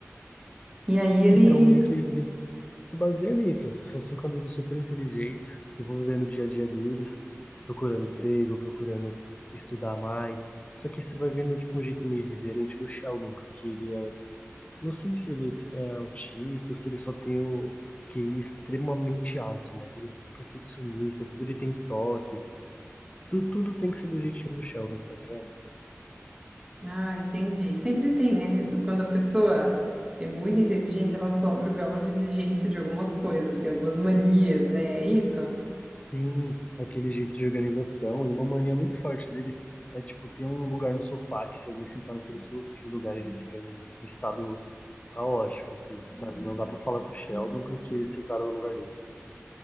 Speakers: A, on the right (about 15°); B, on the left (about 30°).
A: E aí ele.
B: Então, meio que eles se baseiam nisso. São cinco amigos super inteligentes que vão viver no dia a dia deles, procurando emprego, procurando estudar mais. Só que você vai vendo, tipo, um jeito meio irreverente do Sheldon, porque ele é... Não sei se ele é autista ou se ele só tem o QI extremamente alto, mas ele é tudo perfeccionista, tudo ele tem toque. tu- tudo tem que ser do jeitinho do Sheldon, tá ligado?
A: Ah, entendi. Sempre tem, né? Do- Quando a pessoa é muito inteligente, ela sobe o grau de exigência de algumas coisas, tem algumas manias, né? É isso?
B: Sim, aquele jeito de organização e uma mania muito forte dele é, tipo, ter um lugar no sofá que se alguém sentar naquele, su- aquele lugar ele fica em estado caótico, assim, sabe? Não dá pra falar com o Sheldon porque sentaram no lugar dele.